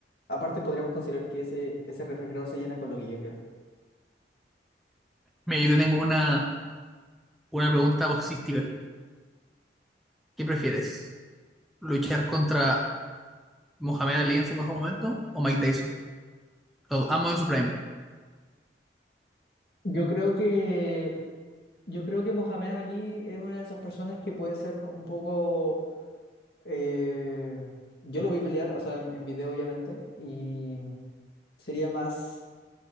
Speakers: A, on the left; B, in the centre.
A: Aparte podríamos considerar que ese, ese refrigerador se llena con lo que yo quiero.
B: Mira, yo te tengo una, una pregunta boxística. ¿Qué prefieres? ¿Luchar contra Mohamed Ali en su mejor momento o Mike Tyson? Los amo en su prime.
A: Yo creo que, yo creo que Mohamed Ali es una de esas personas que puede ser un poco. eh, yo lo vi pelear, o sea, en, en video obviamente, y sería más